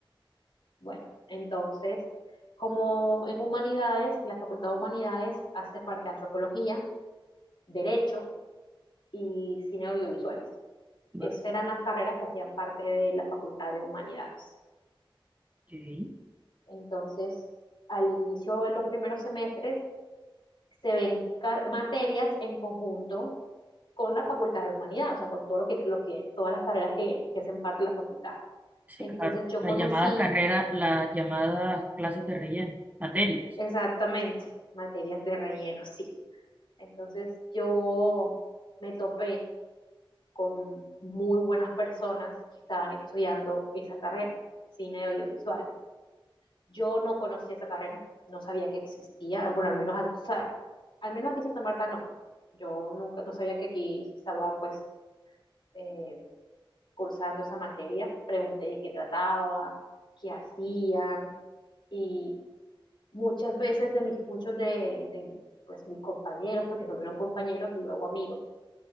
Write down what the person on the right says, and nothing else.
Vale,
ok.
Sí,
claro.
Las
llamadas carreras, las llamadas clases de relleno, materias,